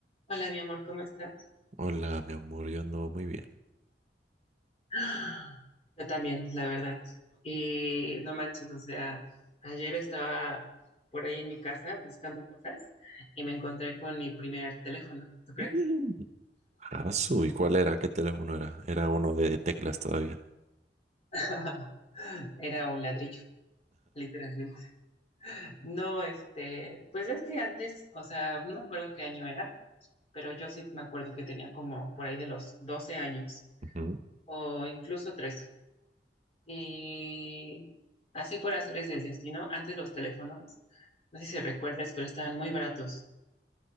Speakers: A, on the left; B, on the right.
A: Hola, mi amor, ¿cómo estás?
B: Hola, mi amor, yo ando muy bien.
A: ¡Ah! Yo también, la verdad. Y no manches, o sea, ayer estaba por ahí en mi casa buscando cosas y me encontré con mi primer teléfono, ¿tú crees?
B: Mm. Ah, ¿su ¿y cuál era? ¿Qué teléfono era? Era uno de teclas todavía.
A: <laughs> Era un ladrillo, literalmente. No, este, pues es que antes, o sea, no me acuerdo qué año era, pero yo sí me acuerdo que tenía como por ahí de los 12 años
B: Ujú.
A: o incluso 13. Y así por hacerles el destino, antes los teléfonos, no sé si recuerdas, pero estaban muy baratos.